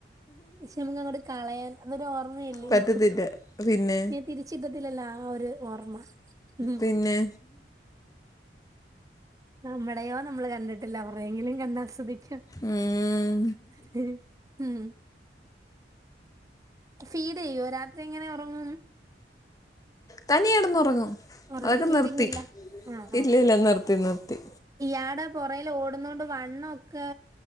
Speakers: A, on the right; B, on the left.
A: പക്ഷെ നമുക്ക് അങ്ങോട്ട് കളയാൻ അതൊരു ഓർമ്മയല്ലയോ
B: പറ്റത്തില്ല പിന്നെ
A: ഇനിതിരിച്ചിട്ടത്തില്ലല്ലോ ആ ഒരു ഓർമ്മ ഉഹും
B: പിന്നെ
A: നമ്മടയോ നമ്മള് കണ്ടിട്ടില്ല അവരുയെങ്കിലും കണ്ടാസ്വദിക് ശ്ശോ
B: ഉം
A: ഹ് മ് ഫീട് ചെയ്യോ രാത്രി എങ്ങനെ ഒറങ്ങും
B: തനിയെ കിടന്നുറങ്ങും
A: ഉറങ്ങിയോ
B: അതൊക്കെ
A: ഫീടിങ്ങില്ലഅ
B: നിർത്തി
A: അ അ
B: ഇല്ല ഇല്ല നിർത്തി നിർത്തി
A: യാടെ പൊറേൽ ഓടുന്നോണ്ട് വണ്ണംഒക്കെ